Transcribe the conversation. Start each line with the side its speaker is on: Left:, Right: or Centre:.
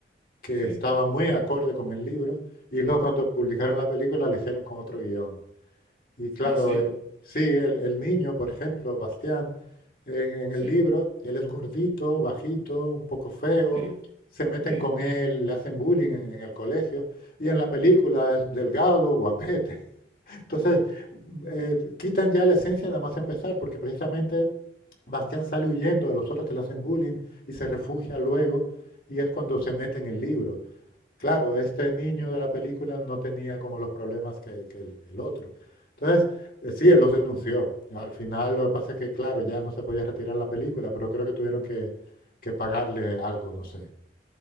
Left: que
Right: sí.
Left: estaba muy acorde con el libro y luego cuando publicaron la película lo hicieron con otro guión. Y claro,
Right: Ah, sí.
Left: eh, sí, el, el niño, por ejemplo, Bastián, en, en
Right: Sí,
Left: el libro, él es gordito, bajito, un poco feo,
Right: sí,
Left: se meten
Right: sí.
Left: con él, le hacen bullying en, en el colegio, y en la película es delgado, guapete. <laughs> Entonces, eh, quitan ya la esencia nada más empezar, porque precisamente Bastián sale huyendo de los otros que le hacen bullying y se refugia luego, y es cuando se mete en el libro. Claro, este niño de la película no tenía como los problemas que, que el, el otro. Entonces, eh, sí, él los denunció. Al final, lo que pasa es que, claro, ya no se podía retirar la película, pero creo que tuvieron que, que pagarle algo, no sé.